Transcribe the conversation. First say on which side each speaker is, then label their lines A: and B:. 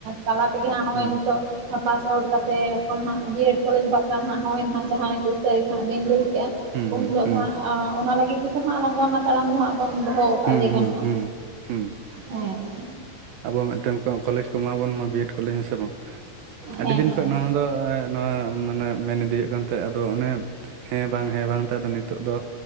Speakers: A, on the right; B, on the right.
A: ᱛᱟᱞᱟ ᱛᱮᱜᱮ ᱦᱟᱸᱜ ᱱᱚᱜ-ᱚᱭ
B: ᱦᱩᱸ
A: ᱱᱤᱛᱚᱜ ᱯᱟᱥ ᱟᱣᱩᱴ ᱠᱟᱛᱮ ᱮᱠᱷᱚᱱ ᱦᱟᱸᱜ ᱵᱤᱭᱮᱰ ᱠᱚᱞᱮᱡ ᱵᱟᱠᱷᱨᱟ ᱦᱟᱸᱜ ᱡᱟᱦᱟᱸᱭ ᱮᱠᱩᱥ ᱛᱟᱨᱤᱠᱷ ᱦᱟᱸᱜ ᱵᱤᱱ ᱞᱟᱹᱭ ᱠᱮᱫᱟ,
B: ᱦᱩᱸ
A: ᱩᱱ
B: ᱦᱩᱸ
A: ᱦᱤᱞᱳᱜ
B: ᱦᱩᱸ
A: ᱫᱚ ᱦᱟᱸᱜ ᱚᱱᱟ ᱞᱟᱹᱜᱤᱫ ᱜᱮᱛᱚ ᱦᱟᱸᱜ ᱨᱟᱸᱜᱟᱣᱱᱟ ᱛᱟᱲᱟᱢ ᱫᱚ ᱦᱟᱸᱜ ᱵᱚᱱ ᱫᱚᱦᱚ ᱠᱟᱜ-ᱟ
B: ᱦᱩᱸ
A: ᱞᱟᱹᱭ
B: ᱦᱩᱸ
A: ᱜᱟᱱᱚᱜ-ᱟ᱾
B: ᱦᱩᱸ ᱦᱩᱸ
A: ᱦᱮᱸ
B: ᱟᱵᱚ ᱢᱤᱫᱴᱮᱱ ᱠᱚᱞᱮᱡ ᱠᱚ ᱮᱢᱟᱵᱚᱱ ᱢᱟ ᱵᱤᱭᱮᱰ ᱠᱚᱞᱮᱡ ᱦᱮᱸ ᱥᱮ ᱵᱟᱝ᱾ ᱟᱹᱰᱤ
A: ᱦᱮᱸ
B: ᱫᱤᱱ
A: ᱦᱮᱸ
B: ᱠᱷᱚᱡ ᱱᱚᱣᱟ ᱫᱚ ᱱᱚᱣᱟ ᱢᱟᱱᱮ ᱢᱮᱱ ᱤᱫᱤᱭ ᱦᱩᱭᱩᱜ ᱠᱟᱱ ᱛᱟᱦᱮᱸᱜ ᱟᱫᱚ ᱚᱱᱮ ᱦᱮᱸ ᱵᱟᱝ ᱦᱮᱸ ᱵᱟᱝ ᱛᱟᱦᱮᱸ ᱟᱫᱚ ᱱᱤᱛᱚᱜ ᱫᱚ